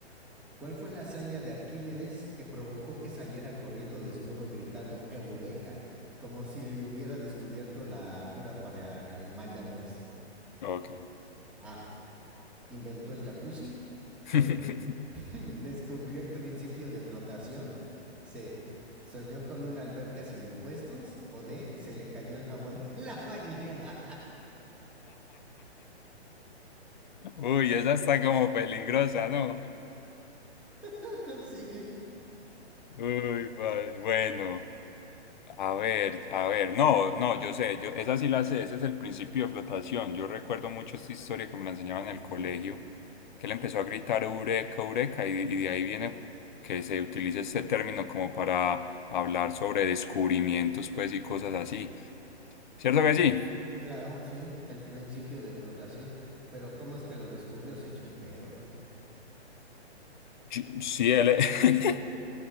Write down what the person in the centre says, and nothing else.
¿Cuál fue la hazaña de Arquímedes que provocó que saliera corriendo desnudo gritando Eureka? Como si hubiera descubierto la cura para el mal de amores.
A. Inventó el jacuzzi.
B. <laughs> Descubrió el principio de flotación. C. Soñó con una alberca sin impuestos. O D. Se le cayó el jabón <laughs> en la bañera.
<laughs> sí.
Muy
bien.
Uh-huh.
Claro, sí. El principio de flotación. Pero ¿cómo es que lo descubrió? ¿Se echó un pedo o qué?